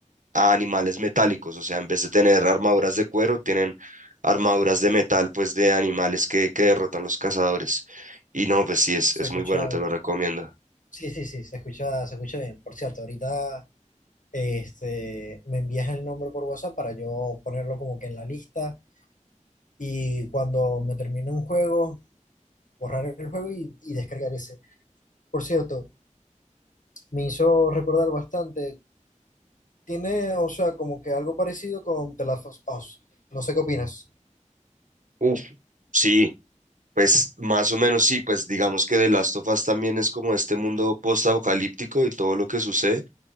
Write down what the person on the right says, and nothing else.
a animales metálicos. O sea, en vez de tener armaduras de cuero, tienen armaduras de metal, pues de animales que, que derrotan los cazadores. Y no, pues sí, es,
es
muy bueno, te lo recomiendo.
Uf. Sí, Pues más o menos sí, pues digamos que The Last of Us también es como este mundo post-apocalíptico y todo lo que sucede.